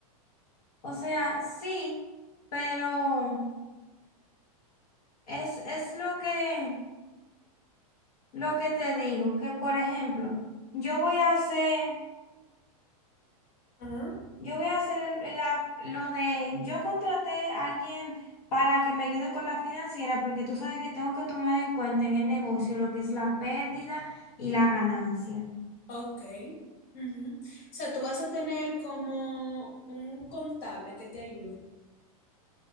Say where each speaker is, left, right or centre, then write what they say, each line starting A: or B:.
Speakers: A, on the left; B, on the left.
A: O sea, sí, pero es, es lo que... Lo que te digo, que por ejemplo, yo voy a hacer,
B: Ajá.
A: yo voy a hacer el- la- lo de, yo contraté a alguien para que me ayude con la financiera, porque tú sabes que tengo que tomar en cuenta en el negocio lo que es la pérdida y la ganancia.
B: Ok. Ujú. O sea, tú vas a tener como un contable que te ayude.